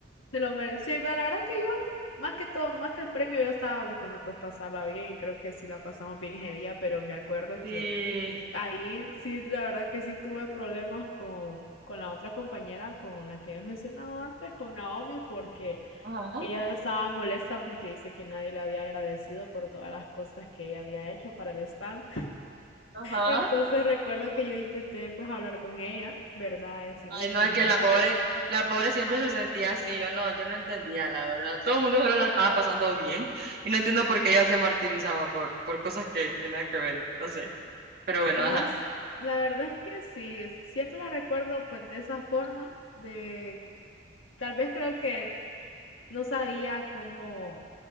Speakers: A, on the left; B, on the right.
A: se lo merece. Sí, pero la verdad que yo, más que todo, más que el premio, yo estaba buscando pues pasarla bien y creo que sí la pasamos bien ese día, pero me acuerdo
B: Sí.
A: que ahí sí, la verdad que sí tuve problemas con, con la otra compañera, con la que había mencionado antes, con Naomi, porque
B: Ajá,
A: ella estaba molesta porque dice que nadie le había agradecido por todas las cosas que ella había hecho para el stand.
B: ajá.
A: Entonces recuerdo que yo intenté pues hablar con ella, ¿verdad? Decirle
B: Ay, no,
A: que
B: es
A: no,
B: que la pobre,
A: que
B: la pobre siempre se sentía así. Yo no, yo no entendía, la verdad. Todo el mundo solo la estaba pasando bien. Y no entiendo por qué ella se martirizaba por, por cosas que, que nada que ver. No sé. Pero bueno,
A: no,
B: ajá.
A: s- la verdad es que sí, siempre la recuerdo pues de esa forma, de tal vez creo que no sabía cómo,